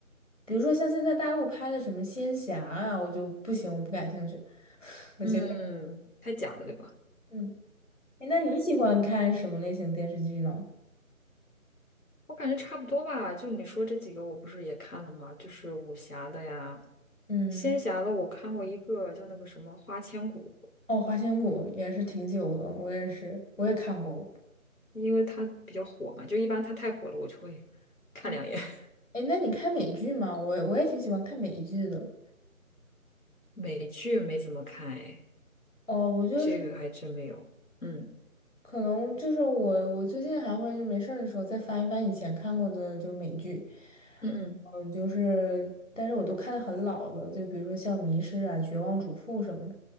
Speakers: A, on the left (about 60°); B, on the left (about 75°).
A: 比如说像现在大陆拍的什么仙侠啊，我就不行，我不感兴趣，我觉得
B: 嗯，太假了，对吧？
A: 嗯，诶那你喜欢看什么类型电视剧呢？
B: 我感觉差不多吧，就你说这几个，我不是也看了吗？就是武侠的呀，
A: 嗯，
B: 仙侠的，我看过一个叫那个什么《花千骨》，
A: 哦，《花千骨》也是挺久了，我也是，我也看过。
B: 因为它比较火嘛，就一般它太火了，我就会看两眼。
A: 对。
B: <laughs>
A: 哎，那你看美剧吗？我我也挺喜欢看美剧的。
B: 美剧没怎么看，哎，
A: 哦，我就是
B: 这个还真没有。嗯
A: 可能就是我我最近还会就没事儿的时候再翻一翻以前看过的就是美剧，
B: 嗯嗯
A: 呃，就是但是我都看的很老了，就比如说像《迷失》啊、《绝望主妇》什么的。